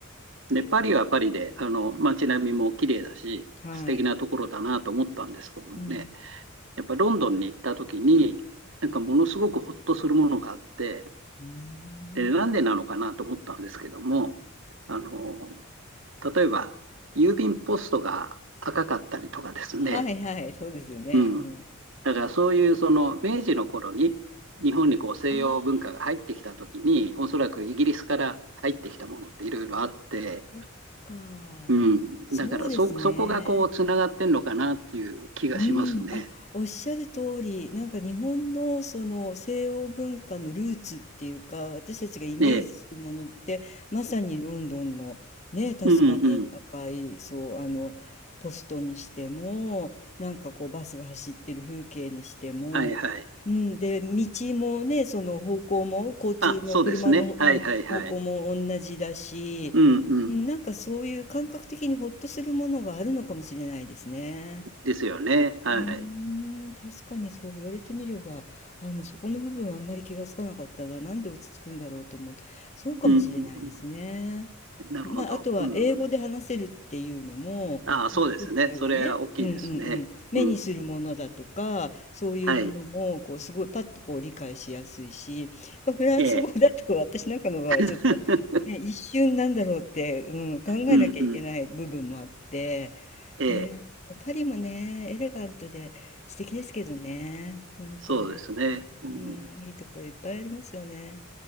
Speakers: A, on the right; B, on the left.
A: で、パリはパリで、あの、街並みも綺麗だし、
B: はい。
A: 素敵なところだなと思ったんですけどもね、
B: うん。
A: やっぱロンドンに行った時に、なんかものすごくほっとするものがあって、
B: うーん。
A: で、なんでなのかなと思ったんですけども、あの、例えば、郵便ポストが赤かったりとかですね、
B: はいはい。そうですよね。
A: うん。
B: うん。
A: だからそういうその明治の頃に日本にこう西洋文化が入ってきた時におそらくイギリスから入ってきたものっていろいろあって
B: あそっか。
A: うん。
B: そうですね。
A: だから、そ、そこがこう、つながってんのかなっていう気がしますね。
B: うん、あ、おっしゃる通り、なんか日本のその西欧文化のルーツっていうか、私たちがイメージするものって、
A: ええ。
B: まさにロンドンのね、確かに赤い、
A: うんうん。
B: そう、あの、ポストにしても、なんかこうバスが走ってる風景にしても、
A: はいはい。
B: うん、で、道もね、その方向も、交通の車の、
A: あ、そうですね。はいはいはい。
B: うん、方向も同じだし、
A: うんうん。
B: うんなんかそういう感覚的にほっとするものがあるのかもしれないですね。
A: ですよね。はい。
B: うーん、確かにそう言われてみれば、あの、そこの部分はあんまり気がつかなかったな。なんで落ち着くんだろうと思って、そうかもしれないですね。
A: うんうんうん。なるほど。
B: まあ、あとは英語で話せるっていうのも、
A: うん。ああ、そうですね。
B: 一つはね、
A: それは大きいですね。
B: うんうんうん、目にするものだとか、
A: うん。
B: そういうものも、
A: はい。
B: こう、すごいパッとこう理解しやすいし、やっぱフランス語だと私なんかの場合、
A: ええ。<laughs>
B: ちょっと、ね、一瞬なんだろうって、うん、考えなきゃいけない部分もあって、
A: うんうん。ええ。
B: ね、パリもね、エレガントで素敵ですけどね、ほんとね、
A: そうですね。うん。
B: うん、いいところいっぱいありますよね。